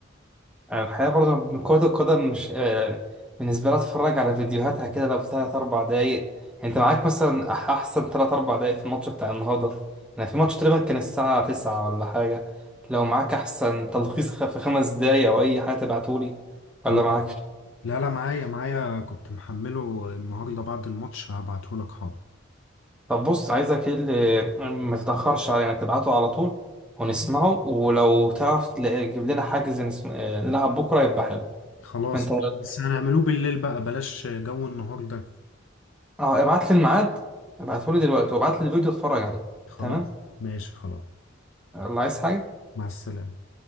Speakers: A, in the centre; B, on the left (about 80°).
A: يعني الحقيقة برضه من كرة القدم مش آه، بالنسبة لي أتفرج على فيديوهاتها كده لو تلات أربع دقايق يعني أنت معاك مثلا أح- أحسن تلات أربع دقايق في الماتش بتاع النهاردة يعني في ماتش تقريبا كان الساعة تسعة ولا حاجة لو معاك أحسن تلخيص خ- في خمس دقايق أو أي حاجة تبعتولي
B: خلاص
A: ولا معاكش
B: لا لا معايا معايا كنت محمله النهاردة بعد الماتش هبعتهولك حاضر
A: طب بص عايزك إيه اللي ما تتأخرش علينا تبعته على طول ونسمعه
B: اه
A: ولو تعرف تلاقي- تجيب لنا حاجز نسم- آه، نلعب بكرة يبقى حلو
B: خلاص
A: أنت
B: ماشي. بس هنعملوه بالليل بقى بلاش جو النهاردة
A: اه ابعت لي الميعاد ابعته لي دلوقتي وابعت لي الفيديو اتفرج عليه
B: خلاص
A: تمام
B: ماشي خلاص
A: الله عايز حاجة
B: مع السلامة